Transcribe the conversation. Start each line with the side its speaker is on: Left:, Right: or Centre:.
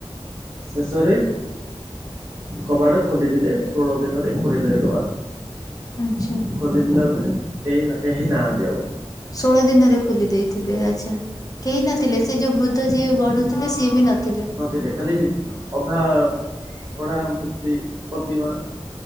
Right: ଶେଷରେ କବାଟ ଖୋଲିଦେଲେ ଷୋହଳ ଦିନରେ ଖୋଲିଦେଲେ କବାଟ।
Left: ଆଚ୍ଛା।
Right: ଖୋଲିଦେଲା ଭିତରେ କେହି କେହି ନାହାନ୍ତି ଆଉ।
Left: ଷୋହଳ ଦିନରେ ଖୋଲି ଦେଇଥିଲେ ଆଚ୍ଛା କେହି ନଥିଲେ ସେ ଯୋଉ ବୃ ତ ଯିଏ ଗଢୁଥିଲେ ସିଏ ବି ନଥିଲେ।
Right: ଥିଲେ ଖାଲି ଅଧା ଗଡା ମୂର୍ତ୍ତି ପ୍ରତିମା